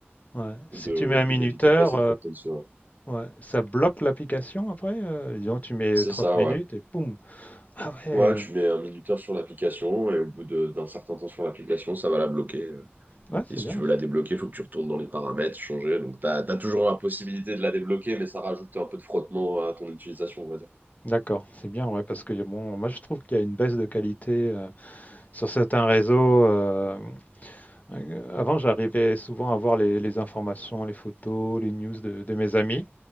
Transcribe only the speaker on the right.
de,
de m'éviter de passer trop de temps sur.
C'est
ça,
ouais.
Ouais, tu mets un minuteur sur l'application et au bout de- d'un certain temps sur l'application, ça va la bloquer. euh.
Et
si
tu veux la débloquer, il faut que tu retournes dans les paramètres, changer. Donc, tu as, toujours la possibilité de la débloquer, mais ça rajoute un peu de frottement à ton utilisation, on va dire.